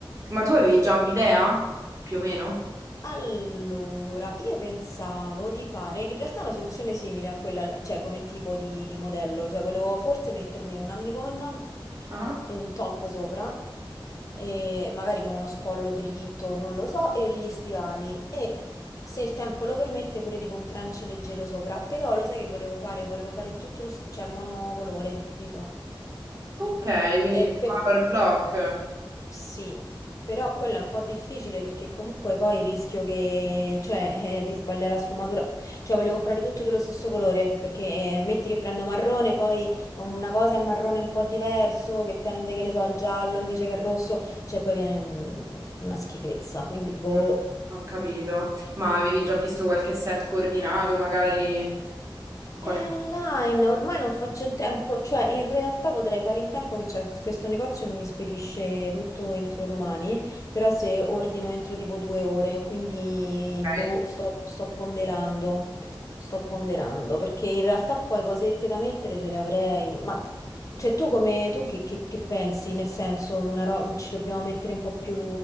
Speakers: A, on the right; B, on the left.
A: Ma tu avevi già
B: Che...
A: un'idea, più o meno?
B: Allora, io pensavo di fare in realtà una soluzione simile a quella, al- cioè come tipo di, di modello, cioè volevo forse mettermi una minigonna
A: Ah,
B: e un top sopra, e magari con uno scollo dritto, non lo so, e gli stivali e se il tempo lo permette pure tipo un trench leggero sopra, però lo sai che volevo fare? Volevo fare tutto lo, s- cioè monocolore, capito?
A: ok, quindi di
B: E per...
A: color block.
B: Sì, però quello è un po' difficile perché comunque poi rischio che, cioè, eh, di sbagliare la sfumatura. Cioè, voglio comprare tutto dello stesso colore perché eh, metti che prendo marrone, poi è una cosa è un marrone un po' diverso che tende, che ne so, al giallo invece che al rosso, cioè poi viene un- una schifezza, quindi boh.
A: Mm, Ho capito. Ma avevi già visto qualche set coordinato, magari qualche...
B: È online, ormai non faccio in tempo, cioè in realtà potrei fare in tempo che c'è questo negozio che mi spedisce tutto entro domani, però se ordino entro tipo due ore, quindi
A: Ok.
B: boh, sto, sto ponderando, sto ponderando, perché in realtà poi cosette da mettere ce le avrei, ma t- cioè tu come, tu che, che- che pensi? Nel senso, una ro- ci dobbiamo mettere un po' più